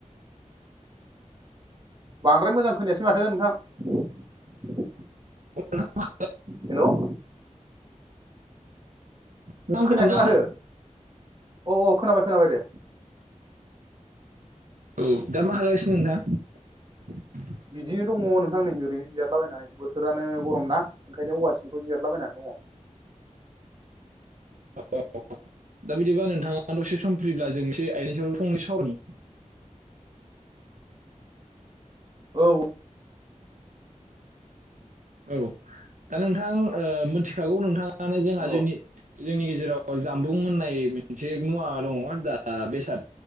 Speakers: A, on the right (about 35°); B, on the right (about 75°).
A: बांद्राय मोजां खोनायासै माथो नोंथां।
B: <unintelligible>
A: हेल'
B: नोंथां
A: खोनायासै
B: खोनादोंना
A: माथो अ अ खोनाबाय खोनाबाय दे।
B: औ दा मा खालामगासिनो नोंथां?
A: बिदि दङ नोंथां नै ओरै जिरलाबायनानै बोथोरानो गरम ना ओंखायनो औवा सिंफोराव' जिरलाबायनानै दङ। <inaudible>
B: <unintelligible> दा बिदिबा नोंथाङा दसे सम फ्रिब्ला जों एसे आइदानि सायाव फंनै सावरायनि।
A: <inaudible> औ।
B: औ दा नोंथां मिथिखागौ नोंथां। जोंहा
A: अ
B: जोंनि जोंनि गेजेराव जामबुं होननाय मोनसे मुवा दङ दा बेसाद